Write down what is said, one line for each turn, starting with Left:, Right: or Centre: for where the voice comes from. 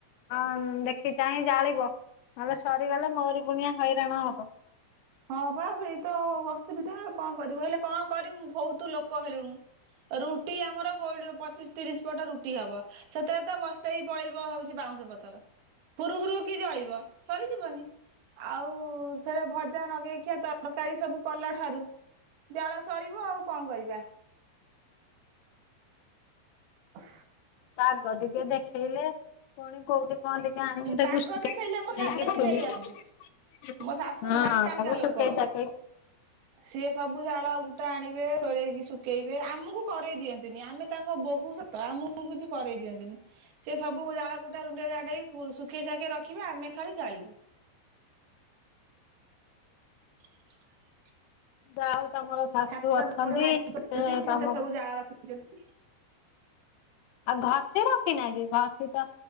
Left: ହଁ ଦେଖି ଚାହିଁ ଜାଳିବ ହେଲେ ସରିଗଲେ ମୋରି ବୁଣିଆ ହଇରାଣ ହବ।
Right: ହଁ ବା ସେଇତ ବସ୍ତି ଭିତରେ ଆଉ କଣ କରିବୁ ହେଲେ କଣ କରିବୁ ବହୁତ ଲୋକ ହେଲୁଣୁ। ରୁଟି ଆମର କୋଉ ପଚିଶ ତିରିଶ ପଟ ରୁଟି ହବ। ସେଥେରେ ତ ବସ୍ତେଇ ହି ପଳେଇବ ହଉଛି ବାଉଁଶ ପତର। ଫୁରୁ ହୁରୁ କି ଜଳିବ ସରିଯିବନି ଆଉ ଫେରେ ଭ ଯା ଲଗେଇ ଖିଆ ତରକାରୀ ସବୁ କଲା ଠାରୁ ଜାଳ ସରିବ ଆଉ କଣ କରିବା? ହ
Left: ବାହାର ଟିକେ ଦେଖେଇଲେ ପୁଣି କୋଉଠି କଣ ଟିକେ ଆଣିକି ତାକୁ
Right: ପାଗ
Left: ଶୁଖେଇ
Right: ଦେଖେଇଲେ ମୋ ଶାଶୁ
Left: ଯାଇକି
Right: ନେଇକି ନେଇ ଆସନ୍ତି
Left: ଶୁ
Right: ମୋ ଶାଶୁ
Left: ହଁ
Right: ଭାରି କାଣିକା
Left: ତାକୁ
Right: ଲୋକ।
Left: ଶୁଖେଇ ସାଖେଇ
Right: ସିଏ ସବୁ ଜାଳ ଗୁଟା ଆଣିବେ ଖରେଇକି ଶୁଖେଇବେ ଆମକୁ ଖରେଇ ଦିଅନ୍ତିନି ଆମେ ତାଙ୍କ ବୋହୁ ସ ତ ଆମକୁ କିଛି କରଇ ଦିଅନ୍ତିନି ସିଏ ସବୁ ଜାଳ କୁ ରୁଣ୍ଡେଇ ରାଣ୍ଡେଇ ଶୁଖେଇ ସାଖେଇ ରଖିବେ ଆମେ ଖାଲି ଜାଳିବୁ। <inaudible>
Left: ଯାହଉ ତମର ଶାଶୁ
Right: ଛାତ
Left: ଅଛନ୍ତି
Right: ଉପରେ ଭାଡି କରିଛନ୍ତି
Left: ସେ
Right: ସେଥିରେ
Left: ତମକୁ
Right: ସବୁ ଜାଳ ରଖିଛନ୍ତି।
Left: ଆଉ ଘଷି ରଖି ନଁ କି ଘଷି ତ